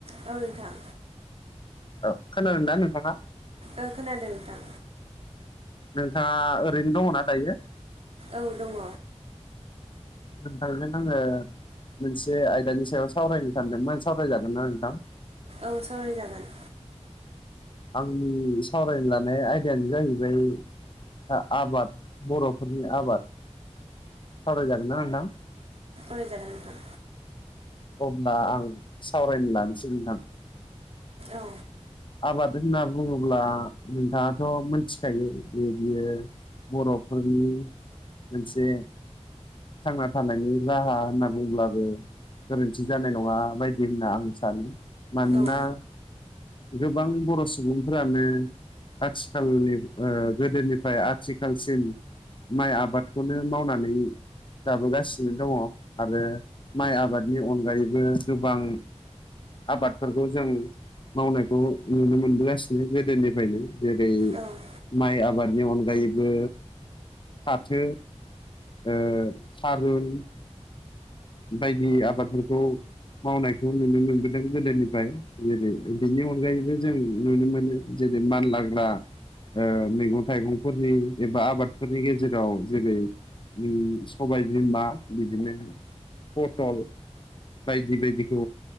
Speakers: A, on the right; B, on the left.
A: औ नोंथां
B: औ खोनादोंना नोंथाङा?
A: ओ खोनादों नोंथां।
B: नोंथाङा ओरैनो दङना दायो?
A: औ दङ।
B: नोंथांजों आङो मोनसे आयदानि सायाव सावरायनो थांगोन नों सावरायजागोन ना नोंथां?
A: औ सावरायजागोन।
B: आंनि सावरायनो लानाय आयदायानो जाहैबाय आ-आबाद बर'फोरनि आबाद सावराय जागोन ना नोंथां?
A: औ जागोन नोंथां।
B: होमब्ला आं सावरायनो लानोसै नोंथां।
A: औ
B: <inaudible> होनना बुङोब्ला नोंथाङाथ' मिथिखायो बे बियो बर'फोरनि मोनसे थांना थानायनि राहा होनना बुंब्लाबो गोरोन्थि जानाय नङा बायदि होनना आं सानो मानोना
A: औ
B: गोबां बर' सुबुंफोरानो आथिखालनि ओ गोदोनिफ्राय आथिखालसिम माइ आबादखौनो मावनानै जाबोगासिनो दङ आरो माइ आबादनि अनगायैबो गोबां आबादफोरखौ जों मावनाय खौ नुनो मोनबोगासिनो गोदोनिफ्रायनो जेरै
A: औ
B: माइ आबादनि अनगायैबो फाथो ओ थारुन बायदि आबादफोरखौ मावनायखौ नुनो मोनबोदों गोदोनिफ्राय गोदो बिनि अनगायैबो जों नुनो मोनो जे बै मानलाग्रा ओ मैगं थाइगंफोरनि एबा आबादफोरनि गेजेराव जेरै उम सबाय बिमा बिदिनो पटल बायदि बायदिखौ